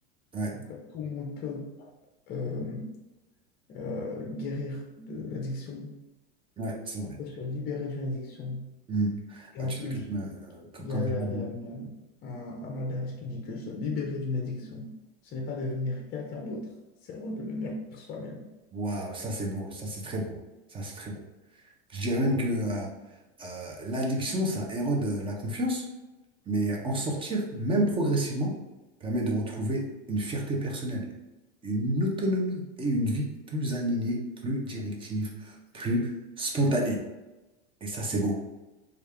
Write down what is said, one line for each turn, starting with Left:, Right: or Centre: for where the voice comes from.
Right: Ouais,
Left: Donc, euh, tout le monde peut euh, euh, guérir de l'addiction,
Right: ouais, c'est vrai.
Left: peut se libérer d'une addiction.
Right: Hmm.
Left: Et
Right: Bah,
Left: en
Right: tu
Left: plus,
Right: sais, comme, euh, co-
Left: il
Right: comme
Left: y a, il
Right: je
Left: y a-
Right: l'ai dit,
Left: il y a une, euh, un, un adage qui dit que se libérer d'une addiction, ce n'est pas devenir quelqu'un d'autre, c'est redevenir soi-même.
Right: waouh, ça c'est beau, ça c'est très beau, ça c'est très beau. Je dirais même que euh, euh, l'addiction, ça érode euh, la confiance, mais en sortir, même progressivement, permet de retrouver une fierté personnelle, une autonomie et une vie plus alignée, plus directive, plus spontanée. Et ça c'est beau,